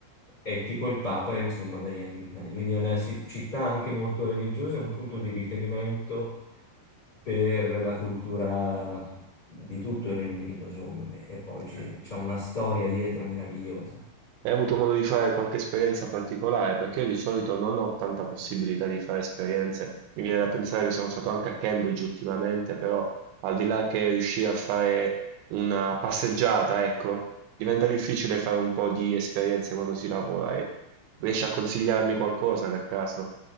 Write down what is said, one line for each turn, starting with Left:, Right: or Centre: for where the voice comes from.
Left: è tipo il Papa, insomma, per gli anglicani. Quindi è una si- città anche molto religiosa, è un punto di riferimento per la cultura di tutto il Regno Unito, secondo me. E poi ci-
Right: Eh.
Left: c'è una storia dietro meravigliosa.
Right: Hai avuto modo di fare qualche esperienza particolare? Perché io di solito non ho tanta possibilità di fare esperienze. Mi viene da pensare che sono stato anche a Cambridge ultimamente, però al di là che riuscire a fare una passeggiata, ecco, diventa difficile fare un po' di esperienze quando si lavora. E riesci a consigliarmi qualcosa per caso?